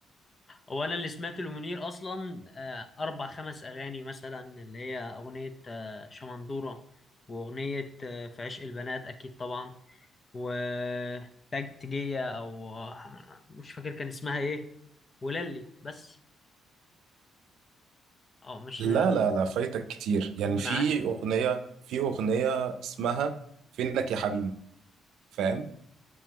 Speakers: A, on the left; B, on the right.
A: هو انا اللي سمعت لمنير اصلا آه، اربع خمس اغاني مثلا اللي هي اغنيه آه، شمندوره واغنيه آه، في عشق البنات اكيد طبعا وتكتيكية أو مش فاكر كان اسمها إيه وللي بس أه مش
B: لا لا لا فايتك كتير يعني
A: منعه
B: في اغنيه في اغنيه اسمها فينك يا حبيبي فاهم